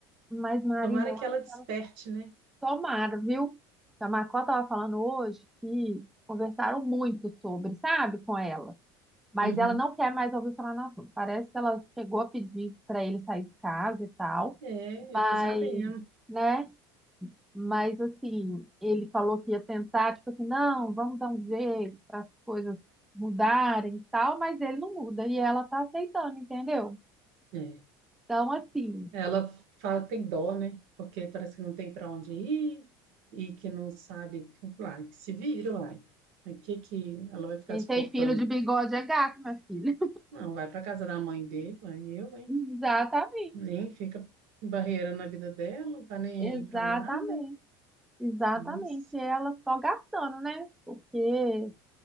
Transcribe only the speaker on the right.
Tomara
que
ela desperte,
né?
Uhum.
É,
eu fiquei sabendo.
É.
Ela fala que tem dó, né? Porque parece que não tem para onde ir e que não sabe. Lá, que se vira, uai. O que que ela vai ficar
suportando?
Não, vai pra casa da mãe dele, vai eu, hein?
Nem fica barreirando a vida dela, não tá nem
aí pra nada.
Mas